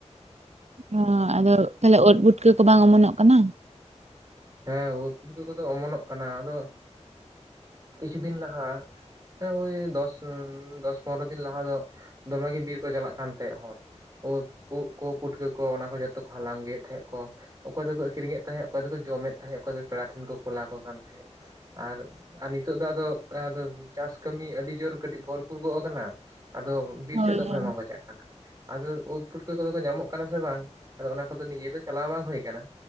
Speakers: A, on the right; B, on the right.
A: ᱦᱟ ᱟᱫᱚ ᱛᱟᱦᱞᱮ ᱳᱫ, ᱵᱳᱴ ᱠᱚ-ᱠᱚ ᱵᱟᱝ ᱚᱢᱚᱱᱚᱜ ᱠᱟᱱᱟ?
B: ᱦᱮᱸ, ᱳᱫ, ᱯᱩᱴᱠᱟᱹ ᱠᱚᱫᱚ ᱚᱢᱚᱱᱚᱜ ᱠᱟᱱᱟ, ᱟᱫᱚ ᱠᱤᱪᱷᱩ ᱫᱤᱱ ᱞᱟᱦᱟ ᱦᱮᱸ ᱳᱭ ᱫᱚᱥ, ᱫᱚᱥ-ᱯᱚᱱᱨᱚ ᱫᱤᱱ ᱞᱟᱦᱟ ᱫᱚ ᱫᱚᱢᱮ ᱜᱮ ᱵᱤᱨ ᱠᱚ ᱪᱟᱞᱟᱜ ᱠᱟᱱ ᱛᱷᱮᱸᱜ ᱦᱚᱲ᱾ ᱳᱫ, ᱩᱜ ᱠᱚ, ᱯᱩᱴᱠᱟᱹ ᱠᱚ, ᱚᱱᱟ ᱠᱚ ᱡᱚᱛᱚ ᱠᱚ ᱦᱟᱞᱟᱝ ᱜᱩᱭᱮᱜ ᱛᱷᱮᱜ ᱠᱚ᱾ ᱚᱠᱚᱭ ᱫᱚᱠᱚ ᱟᱹᱠᱨᱤᱧᱮᱜ ᱛᱟᱸᱦᱮᱜ, ᱚᱠᱚᱭ ᱫᱚᱠᱚ ᱡᱚᱢᱮᱜ ᱛᱟᱸᱦᱮᱜ, ᱚᱠᱚᱭ ᱫᱚ ᱯᱮᱲᱟ ᱴᱷᱮᱱ ᱠᱚ ᱠᱳᱞᱟᱠᱚ ᱠᱟᱱ ᱛᱟᱸᱦᱮ᱾ ᱟᱨ ᱟ ᱱᱤᱛᱚᱜ ᱫᱚ ᱟᱫᱚ ᱠᱟᱫᱚ ᱪᱟᱥ ᱠᱟᱹᱢᱤ ᱟᱹᱰᱤ ᱡᱳᱨ ᱠᱟᱹᱴᱤᱜ ᱵᱷᱚᱨᱯᱩᱨᱵᱚᱜ ᱟᱠᱟᱱᱟ᱾ ᱟᱫᱚ ᱵᱤᱨ
A: ᱦᱳᱭ
B: ᱥᱮᱜ ᱫᱚ ᱚᱠᱭ
A: ᱦᱳᱭ
B: ᱦᱚᱸ ᱵᱟᱝ ᱠᱚ ᱪᱟᱜ ᱠᱟᱱᱟ᱾ ᱟᱫᱚ ᱩᱫ, ᱯᱩᱴᱠᱟᱹ ᱠᱚᱫᱚ ᱠᱚ ᱧᱟᱢᱚᱜ ᱠᱟᱱᱟ ᱥᱮ ᱵᱟᱝ, ᱟᱫᱚ ᱚᱱᱟ ᱠᱚᱫᱚ ᱱᱤᱡᱮ ᱫᱚ ᱪᱟᱞᱟᱣ ᱵᱟᱝ ᱦᱳᱭ ᱠᱟᱱᱟ!